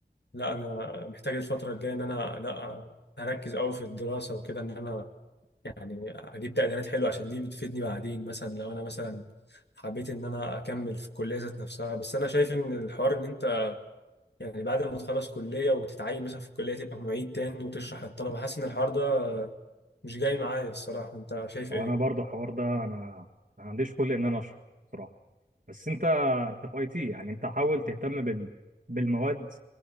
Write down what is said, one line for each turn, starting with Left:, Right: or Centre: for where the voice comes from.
Left: لا انا محتاج الفتره الجايه ان انا لا اركز قوي في الدراسه وكده ان انا يعني اجيب تقديرات حلوه عشان دي بتفيدني بعدين مثلا لو انا مثلا حبيت ان انا اكمل في الكليه ذات نفسها بس انا شايف ان الحوار ان انت يعني بعد ما تخلص كلية وتتعين مثلا في الكلية تبقى معيد تاني وتشرح للطلبة حاسس إن الحوار ده مش جاي معايا الصراحة أنت شايف
Right: هو
Left: إيه؟
Right: انا برضو الحوار ده انا ما عنديش كل ان انا اشرح بصراحه بس انت انت في اي تي يعني انت حاول تهتم بال بالمواد